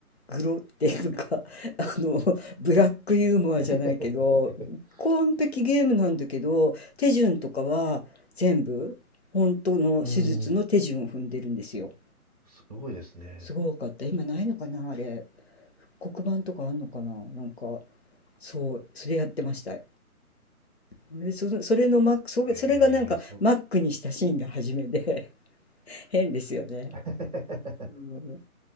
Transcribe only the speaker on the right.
<laughs>
うん。すごいですね。
ええ、そう。
<laughs>